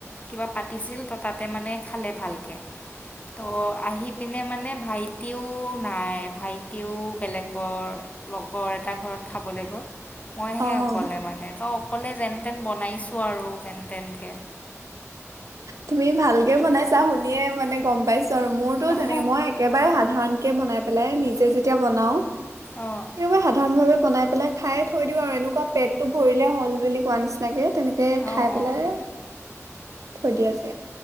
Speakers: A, on the left; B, on the right.
A: কিবা পা পাতিছিল ত তাতে মানে খালে ভালকে ত আহি পিনে মানে ভাইটিও নাই ভাইটিও বেলেগৰ লগৰ এটা ঘৰত খাবলৈ গ'ল মইহে
B: অ',
A: অকলে মানে অকলে যেনতেন বনাইছোঁ আৰু যেন তেনকে
B: তুমি ভালকে বনাইছা শুনিয়ে মানে গম পাইছো মোৰতো
A: অঁ
B: তেনেকে মই একেবাৰে সাধাৰণ কে বনাই পেলাই নিজে যেতিয়া বনাওঁ
A: অঁ
B: কেতিয়াবা সাধাৰণ ভাৱে বনাই পেলাই খাই থৈ দিওঁ আৰু এনেকুৱা পেটটো ভৰিলে হ'ল বুলি কোৱা নিচিনাকে তেনেকে
A: অঁ
B: খাই পেলাই
A: অঁ
B: থৈ দিয়ে যে